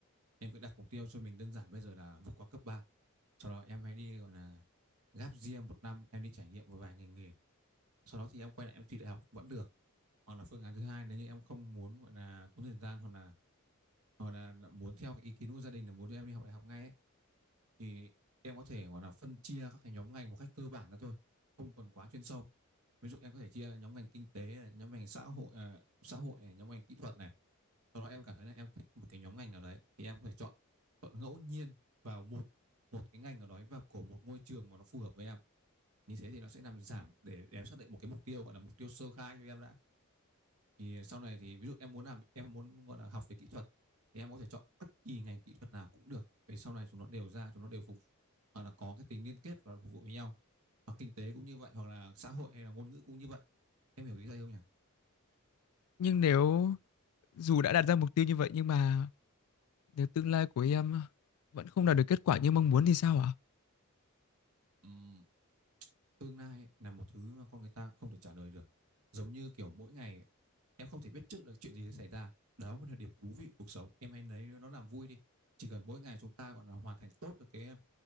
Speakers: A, on the right; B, on the left.
A: em cứ đặt mục tiêu cho mình đơn giản bây giờ là vượt qua cấp ba Sau đó em hãy đi gọi là gap year một năm em đi trải nghiệm một vài ngành nghề sau đó thì em quay lại em thi đại học vẫn được hoặc là phương án thứ hai nếu như em không muốn gọi là tốn thời gian hoặc là hoặc là muốn theo cái ý kiến của gia đình là muốn đưa em đi học đại học ngay ấy, thì em có thể gọi là phân chia các cái nhóm ngành một cách cơ bản ra thôi không còn quá chuyên sâu ví dụ em có thể chia nhóm ngành kinh tế này, nhóm ngành xã hội à, xã hội này, nhóm ngành kỹ thuật này sau đó em cảm thấy là em thích một cái nhóm ngành nào đấy thì em có thể chọn chọn ngẫu nhiên vào một một cái ngành nào đó vào của một ngôi trường mà nó phù hợp với em như thế thì nó sẽ làm giảm để em xác định một cái mục tiêu gọi là mục tiêu sơ khai cho em đã thì sau này thì ví dụ em muốn làm em muốn gọi là học về kỹ thuật thì em có thể chọn bất kỳ ngành kỹ thuật nào cũng được vì sau này chúng nó đều ra chúng nó đều phục hoặc là có cái tính liên kết và phục vụ với nhau hoặc kinh tế cũng như vậy hoặc là xã hội hay là ngôn ngữ cũng như vậy em hiểu ý thầy không nhỉ
B: nhưng nếu dù đã đặt ra mục tiêu như vậy nhưng mà Nếu tương lai của em vẫn không đạt được kết quả như mong muốn thì sao ạ?
A: Ừm, tương lai là một thứ mà con người ta không thể trả lời được giống như kiểu mỗi ngày em không thể biết trước được chuyện gì sẽ xảy ra đó mới là điểm thú vị của cuộc sống em hãy lấy nó làm vui đi chỉ cần mỗi ngày chúng ta gọi là hoàn thành tốt được cái